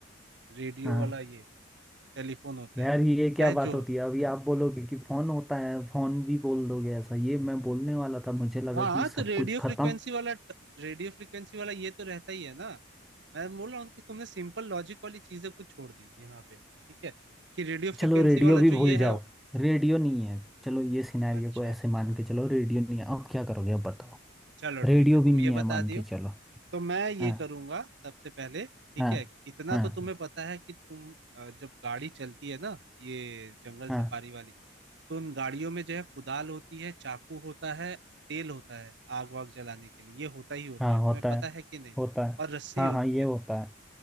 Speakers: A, on the right; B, in the centre.
A: रेडियो
B: हाँ
A: वाला ये टेलीफोन होता
B: यार
A: है
B: ये क्या
A: चाहे
B: बात
A: जो
B: होती है अभी आप बोलोगे कि फोन होता है फोन भी बोल दोगे ऐसा ये मैं बोलने वाला था मुझे लगा
A: हो हाँ
B: कि
A: तो
B: सब
A: रेडियो
B: कुछ
A: फ्रिक्वेंसी
B: खत्म
A: वाला रेडियो फ्रिक्वेंसी वाला ये तो रहता ही है ना मैं बोल रहा हूँ कि तुमने सिंपल लॉजिक वाली चीजें कुछ छोड़ दी यहाँ पे ठीक है कि रेडियो फ्रिक्वेंसी
B: चलो रेडियो
A: वाला
B: भी भूल
A: जो ये
B: जाओ
A: है
B: रेडियो नहीं है चलो ये सिनेरियो
A: अच्छा
B: को ऐसे मान के चलो रेडियो नहीं है अब क्या करोगे अब बताओ
A: चलो ठीक
B: रेडियो
A: है तुम
B: भी नहीं
A: ये बता
B: है मान
A: दियो
B: के चलो
A: तो मैं ये
B: हाँ
A: करूंगा सबसे पहले ठीक
B: हाँ
A: है कि इतना
B: हाँ
A: तो तुम्हें पता है कि तुम अ, जब गाड़ी चलती है ना ये जंगल
B: हाँ
A: सफारी वाली तो उन गाड़ियों में जो है कुदाल होती है चाकू होता है तेल होता है आग वाग जलाने के लिए ये होता ही होता
B: हाँ
A: है
B: होता
A: तुम्हें पता
B: है
A: है कि नहीं
B: होता है
A: और रस्सी
B: हाँ
A: होती
B: हाँ ये
A: है
B: होता है